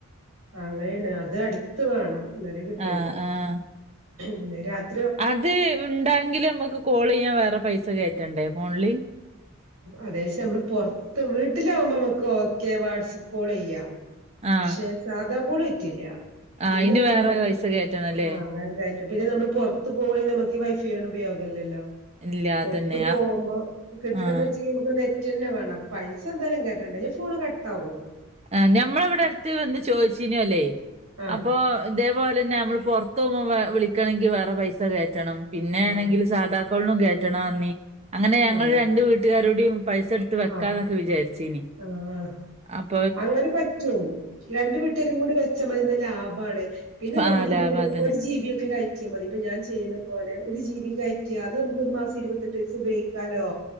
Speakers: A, on the right; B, on the right.
A: ആ അങ്ങനേണ് അത് അട്ത്ത് വേണം. ന്നാലേ കിട്ടൊള്ളൂ
B: ആഹ് ആഹ്
A: ഇന്ന് രാത്
B: അത് ഉണ്ടെങ്കിലും മ്മക്ക് കോളീയ്യാൻ വേറെ പൈസ കയറ്റണ്ടേ ഫോണില്?
A: അതേച്ചാ മ്മള് പൊറത്ത് വീട്ടിലാകുമ്പോ നമുക്ക് ഒക്കെ വാട്സപ്പ് കോളീയ്യാം. പക്ഷെ
B: ആഹ്
A: സാധാ കോള് പറ്റില്ല..
B: ആഹ്
A: പിന്നെ
B: അയിന്
A: നമ്മക്ക്
B: വേറെ പൈസ കേറ്റണല്ലേ?
A: ആഹ് അതായത് കയറ്റ പിന്നെ നമ്മള് പൊറത്ത് പോയാൽ നമുക്ക് ഈ വൈഫൈയോണ്ട് ഉപയോഗല്ലല്ലോ.
B: ഇല്ല
A: പൊറത്ത്
B: അതന്നെ
A: പോകുമ്പോ കിട്ടണന്നേച്ചെങ്കി
B: ആഹ്
A: നമക്ക് നെറ്റെന്നെ വേണം. അപ്പൊ പൈസന്തായാലും കേറ്റണ്ടേ.. ഇല്ലെങ്കി ഫോണ് കട്ടാവും.
B: ആ ഞമ്മളവിടെ അട്ത്ത് വന്ന് ചോയ്ച്ചീന്നോല്..
A: ആഹ്
B: അപ്പൊ ഇതേപോലെന്നെ ഞമ്മള് പൊറത്ത് പോവുമ്പം ഏ വിളിക്കണങ്കി വേറെ പൈസ കേറ്റണം. പിന്നെ
A: ആഹ്
B: വേണെങ്കില് സാധാ കോൾനും കേറ്റണറഞ്ഞ്. അങ്ങനെ ഞങ്ങള്
A: ആഹ്
B: രണ്ട് വീട്ട്കാരോടീം പൈസട്ത്ത് വെക്കാന്നൊക്കെ
A: ആഹ്
B: വിചാരിച്ചീന്..
A: ആഹ് ആഹ്
B: അപ്
A: അങ്ങനെ പറ്റും രണ്ട് വീട്ടാരും കൂടി വെച്ചാ മതിന്ന ലാഭാണ്. പിന്നെ നമുക്ക്
B: ആഹ്
A: ഇതേപോലെ
B: ലാഭാതന്നെ
A: ഒരു ജി ബി ഒക്കെ കയറ്റിയാ മതി ഇപ്പൊ ഞാൻ ചെയ്യുന്ന പോലെ ഒരു ജി ബി കയ റ്റാ അത് നമുക്ക് ഒരു മാസം ഇരുപത്തെട്ടീസം ഉപയോഗിക്കാലോ